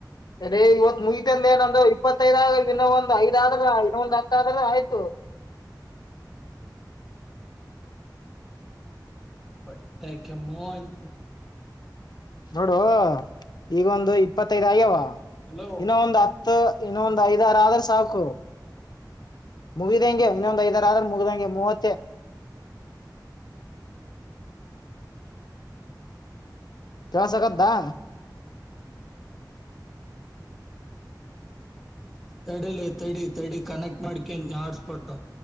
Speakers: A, on the left (about 65°); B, in the centre.
A: ಅರೇ ಇವತ್ ಮುಗಿತಂದ ಏನಂದ ಇಪ್ಪತ್ತೈದ್ ಇನ್ನೊ ಒಂದ್ ಐದ ಆದ್ರ ಇನ್ನೊ ಒಂದ್ ಹತ್ತ ಆದ್ರ ಆಯ್ತು.
B: ಬಟ್ಟಕ ಮೋನ್.
A: ನೋಡು ಈಗೊಂದು ಇಪ್ಪತ್ತೈದ್ ಆಯ್ಯವ.
B: ಹಲೋ
A: ಇನ್ನ ಒಂದು ಹತ್ತು. ತ. ಇನ್ನೊಂದ್ ಐದ್ ಆಾರ ಆದ್ರ ಸಾಕು. ಮುಗಿದಂಗೆ ಇನ್ನೊಂದು ಐದರ ಆದ್ರ ಮುಗಿದಂಗೆ ಮೂವತ್ತ. ಕೆಳಸಗ್ದಾ.
B: ತಡಲಿ ತಡಿ ತಡಿ ಕನೆಕ್ಟ್ ಮಾಡ್ಕಂತ ಹಾಟ್ಸ್ಪಾಟ್